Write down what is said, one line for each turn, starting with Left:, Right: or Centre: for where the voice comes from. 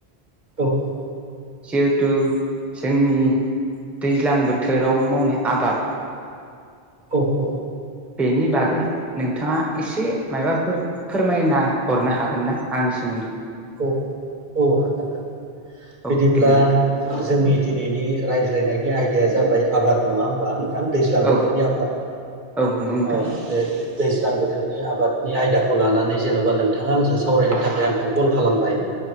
Right: औ औ
Centre: सेउथु जोंनि दैज्लां बोथोराव मावनाय आबाद
Right: औ औ
Centre: बेनि बागै नोंथाङा एसे माबाफोर फोरमायना हरनो हागोन ना आंनिसिम
Right: औ औ हागोन हागोन
Centre: औ
Right: बिदिब्ला
Centre: दे नोंथां
Right: जोंनि दिनैनि रायज्लायनायनि आयदाया जों जाबाय आबाद नङा होमबा? दैज्लां
Centre: औ
Right: बोथोरनि आबाद
Centre: औ नंगौ नोंथां
Right: अ बे दैज्लां बोथोरनि आबादनि आयदाखौ खौ लानानै जेन'बा नोंथाङा आंजों सावरायनो थाखाय आंखौ कल खालामबाय